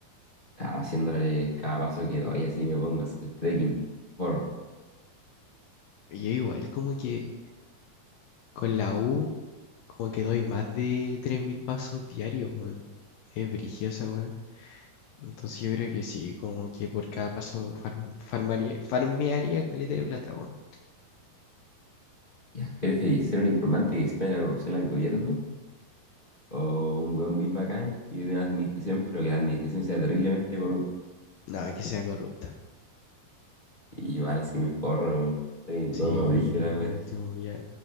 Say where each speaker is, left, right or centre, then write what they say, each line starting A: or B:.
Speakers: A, on the left; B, on the left.
A: Ah, haciéndole cada paso que doy, así me pongo a hacer trekking. Por,
B: Y Yo igual, como que con la U, como que doy más de 3.000 pasos diarios, weón. Es brigiosa, weón. Entonces yo creo que sí, como que por cada paso farm- farmaría, farmearía caleta de plata, weón.
A: ya, jefe, feliz? ¿Ser un informante que expone la corrupción al gobierno? ¿O un hueón muy bacán y de una administración, pero que la administración sea terriblemente corrupta?
B: No, que sea corrupta.
A: Y igual así me forro, soy un
B: Sí,
A: hueón más brígido la wea.
B: por último, ya.